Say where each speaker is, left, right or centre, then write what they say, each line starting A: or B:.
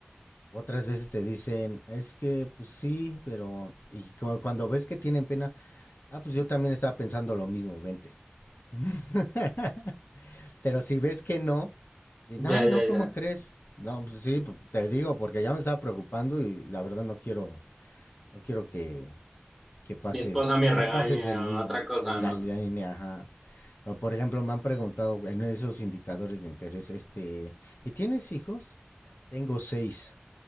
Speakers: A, on the left (about 55°); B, in the centre.
A: Otras veces te dicen, es que, pues sí, pero... Y cu- cuando ves que tienen pena, ah, pues yo también estaba pensando lo mismo, vente. <laughs> pero si ves que no, di-
B: Ya,
A: ay,
B: ya,
A: no, ¿cómo
B: ya.
A: crees? No, pues sí, pues, te digo, porque ya me estaba preocupando y la verdad no quiero No quiero que, que pases,
B: Mi esposa me regaña,
A: que pases de,
B: otra cosa,
A: la
B: ¿no?
A: línea, ajá. O, por ejemplo, me han preguntado en esos indicadores de interés, este, ¿y tienes hijos? Tengo seis.